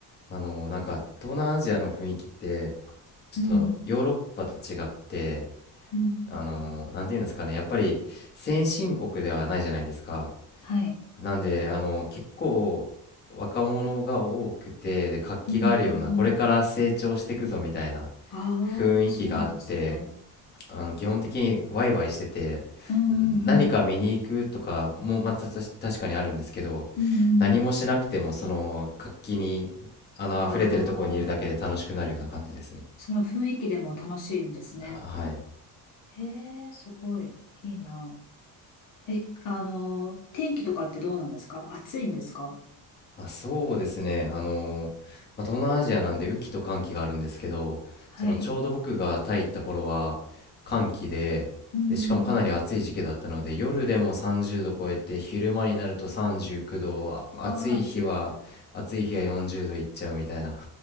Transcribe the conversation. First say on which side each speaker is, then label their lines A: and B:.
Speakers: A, on the left; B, on the left.
A: あの、なんか、東南アジアの雰囲気って、ちょっとヨーロッパと違って、
B: うん。うんうんうん。
A: あの、なんていうんですかね、やっぱり先進国ではないじゃないですか。
B: はい。
A: なんで、あの、結構、若者が多くて、で、活気があるような、
B: うんうんうん。
A: これから成長していくぞみたいな
B: ああ、
A: 雰囲気があって、
B: そうなんですね。
A: あの基本的にワイワイしてて
B: うんうんうん。
A: 何か見に行くとかもまたたし確かにあるんですけど
B: うんうん。
A: 何もしなくてもその活気にあの溢れてるところにいるだけで楽しくなるような感じですね
B: ああ、その雰囲気でも楽しいんですね。
A: あはい
B: へえ、すごい。いいな。え、あの、天気とかってどうなんですか暑いんですか
A: あ、そうですね。あの、まあ、東南アジアなんで雨季と乾季があるんですけど、
B: はい。
A: そのちょうど僕がタイ行った頃は乾季で、
B: うんうんうん。
A: で、しかもかなり暑い時期だったので、夜でも30度超えて、昼間になると39度、あ暑い日は、
B: わあ、暑い。
A: 暑い日は40度いっちゃうみたいな。